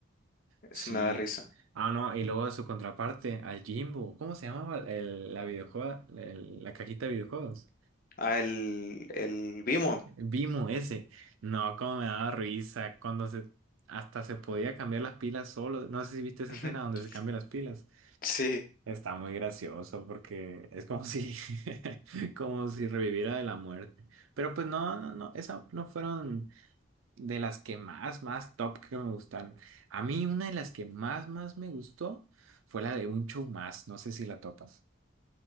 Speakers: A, on the right; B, on the left.
A: Sí.
B: Se me da risa.
A: Ah, no, y luego su contraparte, al Jimbo. ¿Cómo se llamaba el- la videojuego, el- la cajita de videojuegos?
B: Ah, el, el Bimo.
A: Vimo ese. No, cómo me daba risa cuando se hasta se podía cambiar las pilas solo. No sé si viste esa
B: <laughs>
A: escena donde se cambian las pilas.
B: Sí.
A: Está muy gracioso porque es como si <laughs> como si reviviera de la muerte. Pero pues no, no, no, esa no fueron de las que más, más top que me gustaron. A mí una de las que más, más me gustó fue la de Un Show Más. No sé si la topas.